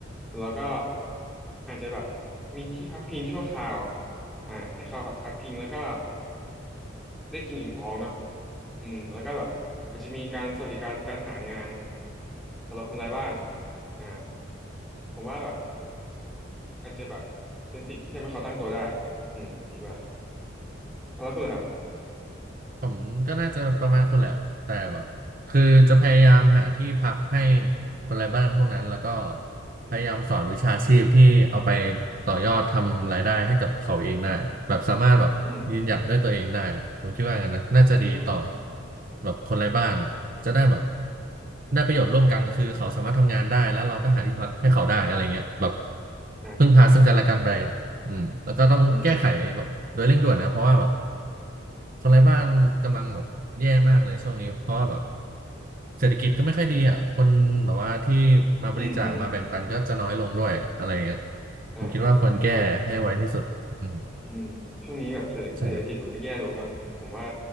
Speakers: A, in the centre; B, on the right.
A: แล้วก็อาจจะแบบมีที่พักพิงชั่วคราวอ่าให้เขาแบบพักพิงแล้วก็ ได้กินอิ่มท้องเนาะอืมแล้วก็แบบอาจจะมีการสวัสดิการการหางานสำหรับคนไร้บ้านอ่าผมว่าแบบอาจจะแบบเป็นสิ่งที่ทำให้เขาตั้งตัวได้อืมผมคิดว่าแล้วคุณล่ะครับ
B: ผมก็น่าจะประมาณคุณแหละแต่แบบคือจะพยายามหาที่พักให้คนไร้บ้านพวกนั้นแล้วก็พยายามสอนวิชาชีพที่เอาไปต่อยอดทำรายได้ให้กับเขาเองได้แบบสามารถแบบยืนหยัดด้วยตัวเองได้ผมคิดว่างั้นนะน่าจะดีต่อ
A: อืมอืม
B: แบบคนไร้บ้านจะได้แบบได้ประโยชน์ร่วมกันคือเขาสามารถทำงานได้แล้วเราก็หาที่พักให้เขาได้อะไรเงี้ยแบบ
A: นะครับ
B: พึ่งพาซึ่งกันและกันไปอืมแล้วก็ต้องแก้ไขแบบโดยเร่งด่วนนะเพราะว่าแบบ
A: อืมอืม
B: คนไร้บ้านกำลังแบบแย่มากเลยช่วงนี้เพราะว่าแบบเศรษฐกิจก็ไม่ค่อยดีอ่ะคนแบบว่าที่มาบริจาคมาแบ่งปันก็จะน้อยลงด้วยอะไรอย่างเงี้ย
A: อืมอืมอ่าครับอ่า
B: ผมคิดว่าควรแก้ให้ไวที่สุดอืม
A: อืมช่วงนี้แบบเศรษฐเศรษฐกิจมันก็แย่ลงเนาะผมว่า
B: ใช่